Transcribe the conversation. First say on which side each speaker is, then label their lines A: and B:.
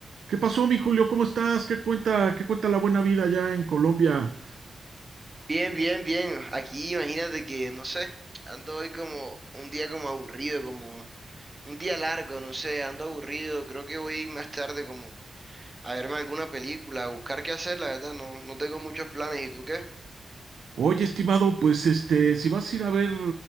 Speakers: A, on the right; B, on the right.
A: ¿Qué pasó, mi Julio? ¿Cómo estás? ¿Qué cuenta, qué cuenta la buena vida allá en Colombia?
B: Bien, bien, bien. Aquí imagínate que, no sé, ando hoy como un día como aburrido, como un día largo, no sé, ando aburrido. Creo que voy a ir más tarde como a verme alguna película, a buscar qué hacer, la verdad, no, no tengo muchos planes. ¿Y tú qué?
A: Oye, estimado, pues este, si vas a ir a ver